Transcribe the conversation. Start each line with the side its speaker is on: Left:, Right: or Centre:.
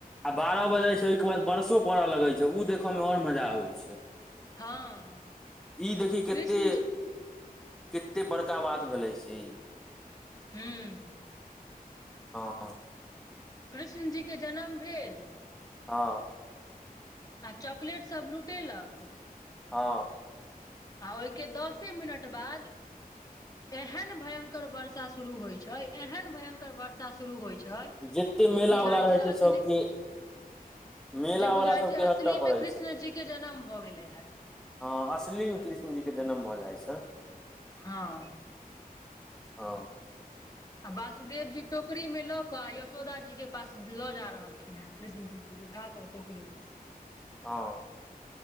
Centre: आ बारा बजे छै ओय के बाद बरसो पड़य लगे छै उ देखय में और मजा आबे छै।
Left: हँ
Centre: ई देखी
Left: कृष्ण
Centre: कत्ते
Left: जी
Centre: कत्ते बड़का बात भेले से ई
Left: हूं।
Centre: हां।
Left: कृष्णजी के जनम भेल
Centre: हां।
Left: आ चॉकलेट सब लूटेलक
Centre: हां।
Left: आ ओय के दसे मिनट बाद एहेन भयंकर वर्षा शुरू होय छै, एहेन भयंकर वर्षा शुरू होय छै - <unintelligible>
Centre: जते मेला
Left: जे बुझाय
Centre: वाला रहै
Left: छै असली
Centre: सबके मेला
Left: जे बुझाय
Centre: वाला सबके
Left: छै असली
Centre: हटऽ पड़ै
Left: मे कृष्ण जी के जन्म भऽ गेलै हें।
Centre: हां असली मे कृष्ण जी के जन्म भऽ जाय छै।
Left: हां।
Centre: हां।
Left: आ वासुदेव जी टोकरी मे ल क यशोदा जी के पास लऽ जा रहलखिन हें कृष्ण जी के उठा क टोकरी मे
Centre: हां।